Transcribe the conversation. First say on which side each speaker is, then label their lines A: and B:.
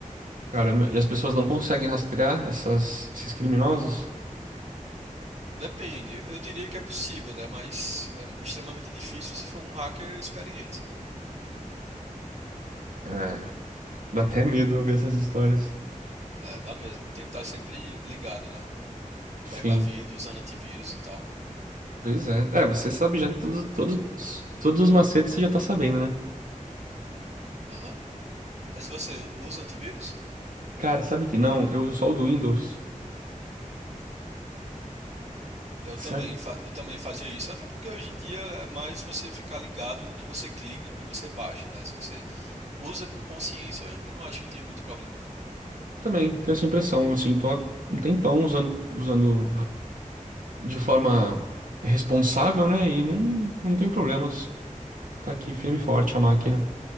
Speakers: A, on the right; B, on the right.
A: caramba. E as pessoas não conseguem rastrear essas, esses criminosos?
B: Depende, eu diria que é possível, né? Mas é extremamente difícil se for um hacker experiente.
A: É, dá até medo ouvir essas histórias.
B: É, dá mesmo, tem que estar sempre ligado, né?
A: Sim.
B: Precavido, usando antivírus e tal.
A: Pois é. É, você sabe já todos, todos, todos os macetes, você já tá sabendo, né?
B: Aham. Mas você usa antivírus?
A: Cara, sabe que não? Eu uso só o do Windows.
B: Eu
A: Certo?
B: também, fa- eu também fazia isso, até porque hoje em dia é mais você ficar ligado no que você clica, no que você baixa, né? Se você usa com consciência, eu não acho que tenha muito problema, não.
A: Eu também tenho essa impressão, assim, tô há um tempão usando, usando de forma responsável, né? E não, não tenho problemas. Tá aqui firme e forte a máquina.